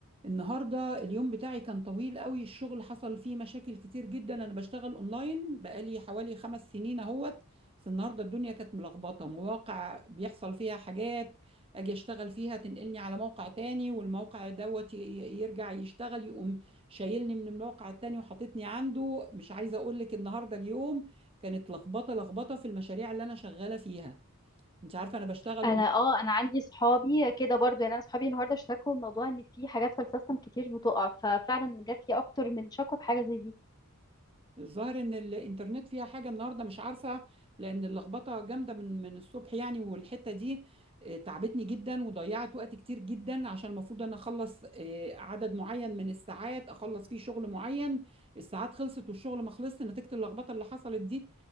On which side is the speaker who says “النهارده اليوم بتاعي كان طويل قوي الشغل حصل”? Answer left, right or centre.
Right